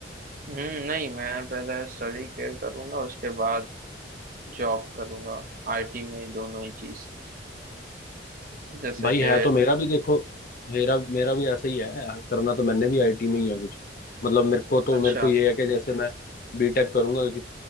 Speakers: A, on the right; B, on the left.
A: हम्म नहीं मैं पहले स्टडी के करूंगा उसके बाद जॉब करूंगा आईटी में ही दोनों ही चीज जैसे
B: भाई
A: कि
B: है तो मेरा भी देखो मेरा मेरा भी ऐसा ही है करना तो मैंने भी आईटी में ही है कुछ मतलब मेरे को तो
A: अच्छा
B: मेरे को ये है कि जैसे मैं बीटेक करूंगा कि